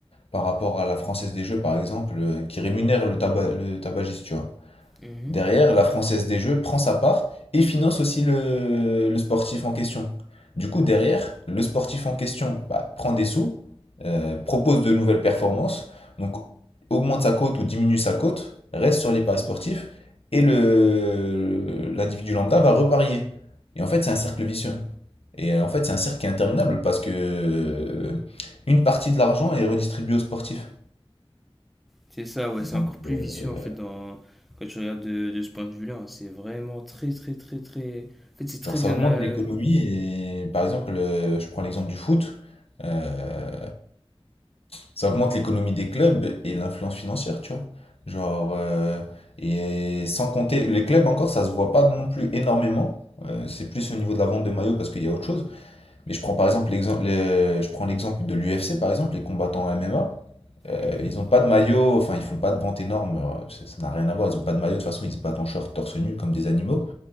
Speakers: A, on the left (about 75°); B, in the centre.
A: par rapport à la Française des Jeux, par exemple, euh, qui rémunère le taba- le tabagiste, tu vois.
B: Mm-hmm.
A: Derrière, la Française des Jeux prend sa part et finance aussi le, le sportif en question. Du coup, derrière, le sportif en question bah, prend des sous, euh, propose de nouvelles performances, donc augmente sa cote ou diminue sa cote, reste sur les paris sportifs, et le l'individu lambda va reparier. Et en fait, c'est un cercle vicieux. Et euh, en fait, c'est un cercle qui est interminable parce que euh, une partie de l'argent est redistribuée aux sportifs.
B: C'est ça, ouais, c'est
A: Donc,
B: encore plus
A: euh,
B: vicieux en fait dans... quand tu regardes de, de ce point de vue-là. hein. C'est vraiment très, très, très, très. En fait, c'est très
A: genre, ça
B: bien.
A: augmente
B: euh,
A: l'économie. Et par exemple, euh, je prends l'exemple du foot. euh, ça augmente l'économie des clubs et l'influence financière, tu vois. Genre, euh, et sans compter, les clubs encore, ça se voit pas non plus énormément. Euh, c'est plus au niveau de la vente de maillots parce qu'il y a autre chose. Mais je prends par exemple l'exemple, le- je prends l'exemple de l'UFC, par exemple, les combattants MMA. Euh,
B: Mm-hmm.
A: ils ont pas de maillot, enfin ils font pas de vente énorme, euh, ça ça n'a rien à voir, ils ont pas de maillot, de toute façon ils se battent en short torse nu comme des animaux.